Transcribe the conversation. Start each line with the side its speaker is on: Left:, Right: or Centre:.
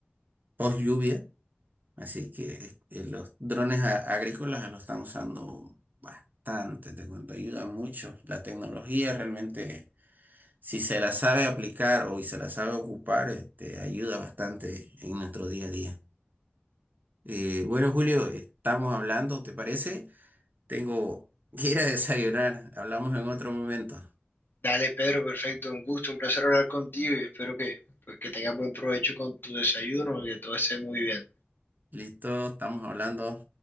Right: post lluvia, así que este, los drones a- agrícolas los están usando bastante, te cuento, ayudan mucho. La tecnología realmente Si se la sabe aplicar o y se la sabe ocupar, este, ayuda bastante en nuestro día a día. Eh, bueno, Julio, estamos hablando, ¿te parece? Tengo que ir a desayunar. Hablamos en otro momento.
Left: Dale, Pedro, perfecto. Un gusto, un placer hablar contigo y espero que, pues, que tengas buen provecho con tu desayuno y que todo esté muy bien.
Right: Listo, estamos hablando.